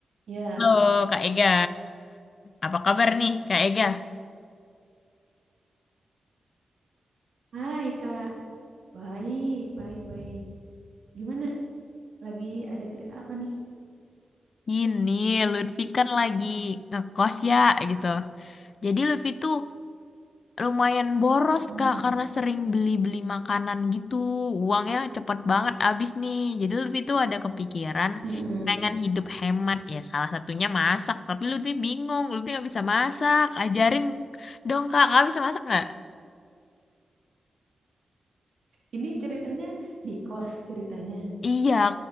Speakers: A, on the right; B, on the left.
A: Ya,
B: Halo Kak Ega, apa kabar nih Kak Ega?
A: hai Kak. Baik, baik, baik. Gimana? Lagi ada cerita apa nih?
B: Ini Lutfi kan lagi ngekos ya gitu. Jadi Lutfi tuh lumayan boros
A: Mm-mm.
B: Kak karena sering beli-beli makanan gitu. Uangnya cepet banget habis nih. Jadi Lutfi tuh ada kepikiran
A: Mm-mm.
B: pengen hidup hemat ya salah satunya masak. Tapi Lutfi bingung, Lutfi nggak bisa masak. Ajarin dong Kak, Kakak bisa masak nggak?
A: Ini ceritanya di kos ceritanya.
B: Iya,